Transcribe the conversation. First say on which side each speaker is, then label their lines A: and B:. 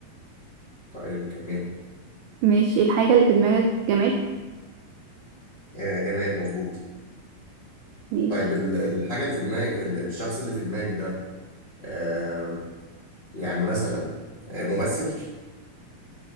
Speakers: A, on the left; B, on the right.
A: طيب كمال
B: ماشي الحاجة اللي في دماغك جماد
A: آه جمال مظبوط
B: ماشي
A: طيب ال- الحاجة اللي في دماغك ال- الشخص اللي في دماغك ده آه يعني مثلا آه ممثل